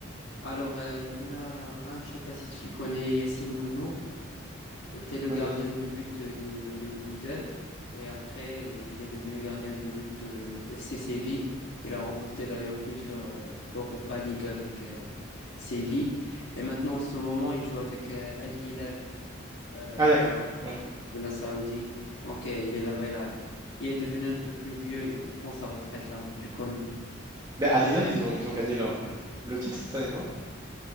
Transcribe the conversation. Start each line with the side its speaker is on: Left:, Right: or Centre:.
Left: Alors, euh, il y en a un, je ne sais pas si tu connais Yassine Bouno. C'était le
Right: De
Left: gardien
Right: nom.
Left: de but de, de Wydad. Et après, il est devenu gardien de but de FC Séville. Il a remporté d'ailleurs plusieurs euh, Europa League avec euh, Séville. Et maintenant, en ce moment, il joue avec Al-Hilal de
Right: Ah, d'accord. Oui.
Left: de la Saoudie. Donc, euh, il est là-bas, il a- il est devenu un peu plus vieux, il prend sa retraite là-bas, tu connais.
Right: Mais à Lila, ils ont, ils ont gagné leur, le, le titre cette année, non?